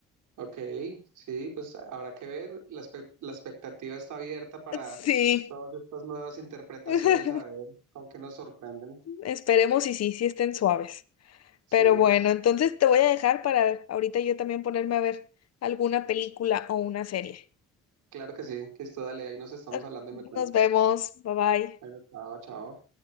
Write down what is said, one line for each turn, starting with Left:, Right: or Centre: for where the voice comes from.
Right: Ok, sí, pues habrá que ver, la, espe- la expectativa está abierta para
Left: Sí.
Right: todas estas nuevas interpretaciones,
Left: <laughs>
Right: a ver con qué nos sorprenden.
Left: Esperemos y sí, sí estén suaves.
Right: Sí,
Left: Pero bueno, entonces te voy a dejar para ahorita yo también ponerme a ver alguna película o una serie.
Right: claro que sí, listo, dale, ahí nos estamos
Left: Ok,
Right: hablando y me cuentas.
Left: Nos vemos. Bye bye.
Right: Bueno, chao, chao.